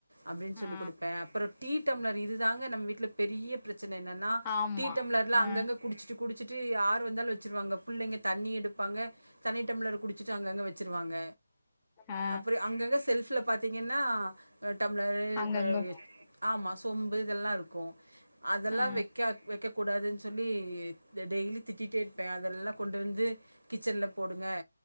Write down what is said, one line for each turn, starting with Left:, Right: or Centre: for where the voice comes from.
Right: அப்டின் சொல்லி
Left: ஆ
Right: குடுப்பே அப்புற டீ டம்ளர் இதுதாங்க நம்ம வீட்ல பெரியப் ப்ரச்சன என்னன்னா
Left: ஆமா
Right: டீ டம்ளர்லா
Left: ஆ
Right: அங்கங்கக் சு குடிச்சிட்டு யாரு வந்தாலூ வச்சிருவாங்க புள்ளைங்க தண்ணி எடுப்பாங்க தண்ணி டம்ளர குடிச்சிட்டு அங்கங்க வச்சுருவாங்க
Left: ஆ
Right: அப்றோ அங்கங்க செல்ஃப்ல பாத்தீங்கன்னா அ டம்ளரு
Left: அங்கங்க
Right: வ ஆமா சொம்பு இதெல்லா இருக்கூ அதெல்லா
Left: ஆ
Right: வெக்காக் வெக்ககூடாதுன்னு சொல் பி ஏத் த டெய்லி திட்டிட்டேருப்பே அதல்லா கொண்டு வந்து கிச்சன்ல போடுங்க